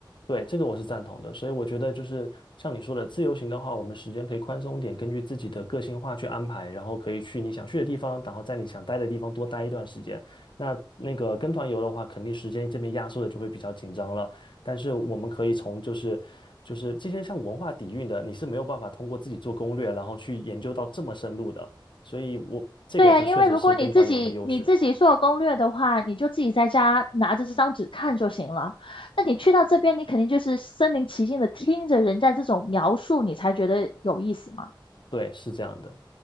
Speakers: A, on the left (about 65°); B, on the left (about 85°).
A: 对，这个我是赞同的，所以我觉得就是像你说的，自由行的话，我们时间可以宽松点，根据自己的个性化去安排，然后可以去你想去的地方，然后在你想待的地方多待一段时间。那那个跟团游的话，肯定时间这边压缩的就会比较紧张了。但是我们可以从就是就是这些像文化底蕴的，你是没有办法通过自己做攻略，然后去研究到这么深入的。所以我这个就确实是跟团游的优势，
B: 对呀，因为如果你自己你自己做攻略的话，你就自己在家拿着这张纸看就行了。那你去到这边，你肯定就是身临其境的听着人家这种描述，你才觉得有意思嘛。
A: 对，是这样的。